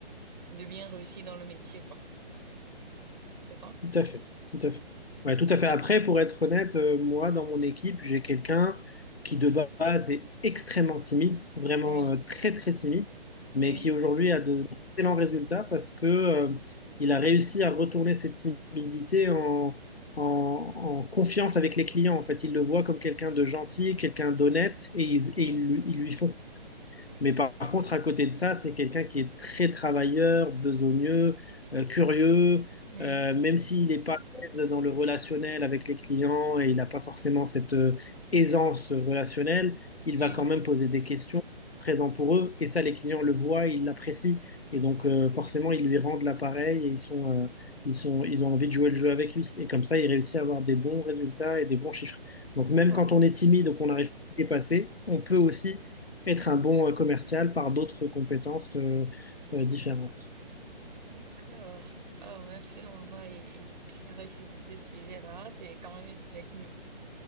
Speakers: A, on the right (about 50°); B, on the left (about 80°).
A: de bien réussir dans le métier, quoi. C'est ça?
B: Tout à fait, tout à fait. Ouais, tout à fait. Après, pour être honnête, euh, moi, dans mon équipe, j'ai quelqu'un qui de base est extrêmement timide, vraiment
A: Oui,
B: euh, très très timide, mais
A: oui,
B: qui aujourd'hui a de- d'excellents résultats parce que euh, il a réussi à retourner cette timidité en, en, en confiance avec les clients. En fait, il le voit comme quelqu'un de gentil, quelqu'un d'honnête, et ils,
A: oui,
B: et ils lui ils lui font mais par, par contre, à côté de ça, c'est quelqu'un qui est très travailleur, besogneux, euh, curieux,
A: oui,
B: euh, même s'il n'est pas à l'aise dans le relationnel avec les clients et il n'a pas forcément cette euh, aisance relationnelle, il
A: oui.
B: va quand même poser des questions présent pour eux. Et ça, les clients le voient, ils l'apprécient. Et donc, euh, forcément, ils lui rendent l'appareil et ils sont, euh, ils sont, ils ont envie de jouer le jeu avec lui. Et comme ça, il réussit à avoir des bons résultats et des bons chiffres. Donc, même
A: Ah,
B: quand on est timide ou qu'on n'arrive pas à dépasser, on peut aussi être un bon euh, commercial par d'autres compétences euh, euh, différentes.
A: d'accord. Ah, merci de m'avoir é- éclairé sur ce sujet-là. C'est quand même un sujet qui me